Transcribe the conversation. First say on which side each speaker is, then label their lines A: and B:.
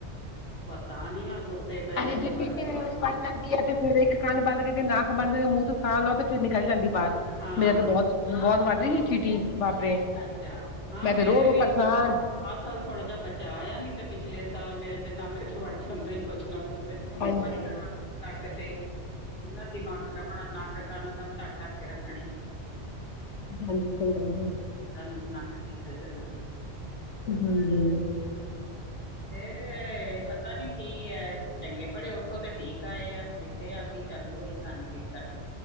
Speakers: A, on the left; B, on the left.
A: ਪਤਾ ਨੀ ਹੁਣ, ਸੁੱਤੇ ਪਏ
B: ਹਾਂਜੀ
A: ਜੇ ਵੜ
B: ਚੀਟੀ
A: ਕੇ
B: ਵੜ ਜਾਂਦੀ ਐ, ਤੇ ਫੇਰ ਇੱਕ ਕੰਨ ਬੰਦ ਕੇ, ਨੱਕ ਬੰਦ, ਮੂੰਹ ਤੋਂ ਸਾਹ ਲਓ ਤੇ ਫੇਰ ਨਿਕਲ ਜਾਂਦੀ ਬਾਹਰ,
A: ਹਾਂ
B: ਮੇਰੇ ਤੇ ਬਹੁਤ ਬਹੁਤ ਵੱਧ ਰਈ ਸੀ, ਖਿਟੀ ਬਾਪਰੇ
A: ਅੱਛਾ, ਹਾਂ
B: ਮੈਂ
A: ਮੇਰੇ
B: ਤੇ ਰੋ ਰੋ
A: ਵੀ
B: ਪਰੇਸ਼ਾਨ
A: ਨਾ ਓ ਆਹ ਸਾਲ ਥੋੜਾ ਜਿਹਾ ਬਚਾ ਆ ਨੀ, ਤੇ ਪਿਛਲੇ ਸਾਲ ਮੇਰੇ ਤੇ ਨੱਕ ਚ ਵੜ ਜਾਂਦਾ ਈ ਕੁਛ ਨਾ ਕੁਛ ਮੱਛਰ
B: ਹਾਂਜੀ
A: ਵੜ ਜਾਣਾ ਨੱਕ ਤੇ ਇਨਾ ਦਿਮਾਗ ਖਰਾਬ ਹੋਣਾ ਨੱਕ ਕੰਨ ਸਭ ਢੱਕ, ਢੱਕ ਕੇ ਰੱਖਣੇ
B: ਹਾਂਜੀ, ਕੋਈ ਗੱਲ ਨਹੀਂ
A: ਚਲ ਨੱਕ ਨਿਕਲ ਜਾਂਦਾ
B: ਹਾਂ ਜੀ।
A: ਫਿਰ ਇਹ ਪਤਾ ਨੀ ਕੀ ਐ, ਚੰਗੇ ਭਲੇ ਉੱਥੋਂ ਤੇ ਠੀਕ ਆਏ ਆ ਫੇਰ ਆ ਕੇ ਚਾਲੂ ਹੋਈ ਕੰਮ ਤੇ <inaudible>